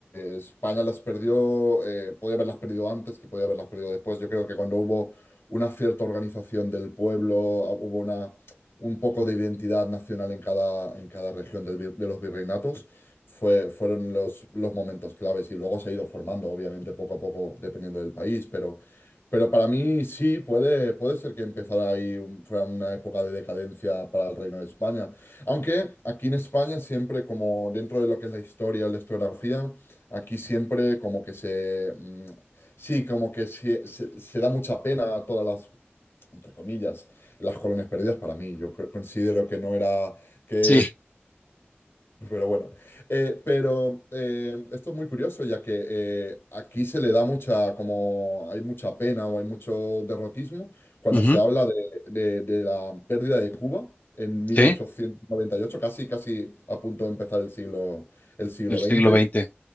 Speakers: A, on the left (about 75°); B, on the left (about 45°).
A: eh, España las perdió, eh, podía haberlas perdido antes que podía haberlas perdido después. Yo creo que cuando hubo una cierta organización del pueblo, ah, hubo una, un poco de identidad nacional en cada, en cada región del vi- de los virreinatos, fue, fueron los, los momentos claves y luego se ha ido formando, obviamente, poco a poco, dependiendo del país, pero para mí sí, puede, puede ser que empezara ahí, un- fuera una época de decadencia para el Reino de España. Aunque aquí en España siempre, como dentro de lo que es la historia, la historiografía, aquí siempre como que se... mm, sí, como que se, se- se da mucha pena a todas las, entre comillas, las colonias perdidas para mí. Yo cre- considero que no era... que
B: Sí.
A: pero bueno, Eh, pero eh, esto es muy curioso, ya que eh, aquí se le da mucha, como hay mucha pena o hay mucho derrotismo cuando
B: Ujú.
A: se habla de, de- de la pérdida de Cuba en mil
B: Sí,
A: ochocientos noventa y ocho casi, casi a punto de empezar el siglo, el siglo
B: el
A: veinte
B: siglo veinte